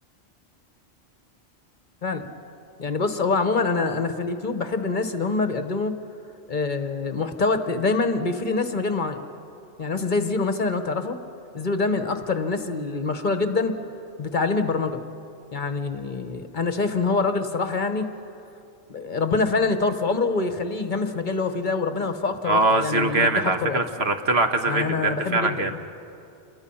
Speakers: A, on the left; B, on the right.
A: فعلا يعني بص هو عموما انا انا في اليوتيوب بحب الناس اللي هم بيقدموا آه، محتوى ت- دايما بيفيد الناس في مجال معين يعني مثلا زي الزيرو مثلا لو تعرفه الزيرو ده من اكتر الناس المشهوره جدا بتعليم البرمجه يعني انا شايف ان هو راجل الصراحه يعني ربنا فعلا يطول في عمره ويخليه يكمل في المجال اللي هو فيه ده وربنا يوفقه اكتر
B: اه
A: واكتر
B: آه،
A: يعني
B: زيرو
A: وينجحه
B: جامد على
A: اكتر
B: فكرة
A: واكتر
B: اتفرجت له على كذا
A: يعني
B: فيديو
A: انا
B: بجد
A: بحبه
B: فعلا
A: جدا
B: جامد